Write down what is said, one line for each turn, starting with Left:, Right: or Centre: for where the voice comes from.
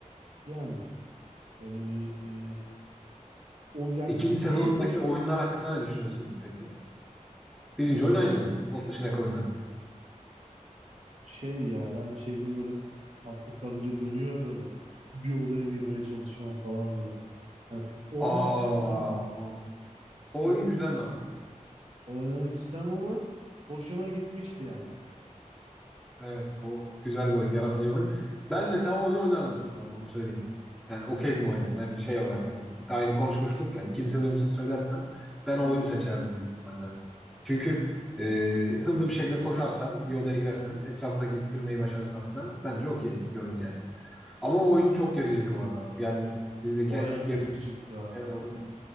Right: Yani böyle bir e, o yani
Centre: İkinci sezondaki
Right: büyük oy
Centre: oyunlar hakkında ne düşünüyorsun peki? Birinci oyun aynıydı. Onun dışındaki oyunlar.
Right: Şey ya ben çevirdim böyle atlı karınca dönüyor böyle. Bir odaya girmeye çalışıyorum falan böyle. Yani oynamak
Centre: Aa,
Right: istemem.
Centre: o, o
Right: Oyn
Centre: oyun güzeldi ama.
Right: oynamak istemem ama hoşuma gitmişti yani.
Centre: Evet o güzel bir oyun. Yaratıcı bir oyun. Ben mesela o oyunu oynardım bu arada onu söyleyeyim. Yani okeydim oyuna. Yani şey olarak hani aynı konuşmuştuk ya. İkinci sezon için söylersen ben
Right: Aynen.
Centre: o oyunu seçerdim büyük ihtimalle. Çünkü e, hızlı bir şekilde koşarsan, bir odaya girersen, etrafındaki ittirmeyi başarırsan falan bence okey bir oyun yani. Ama o oyun çok gericiydi bu arada. Yani dizideki
Right: Bayağı
Centre: en gerici
Right: gericik ya.
Centre: en oldu.